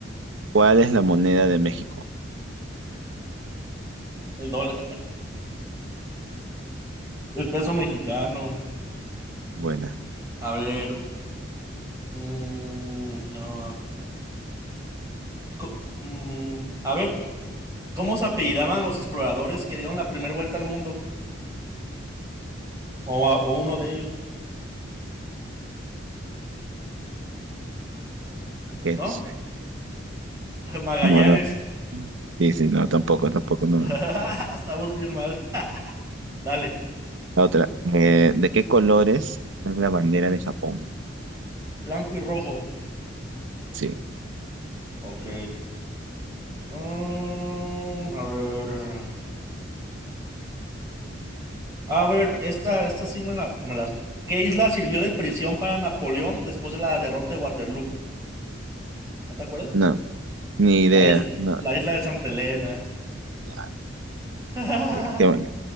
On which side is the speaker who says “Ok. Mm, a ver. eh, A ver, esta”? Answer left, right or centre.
Right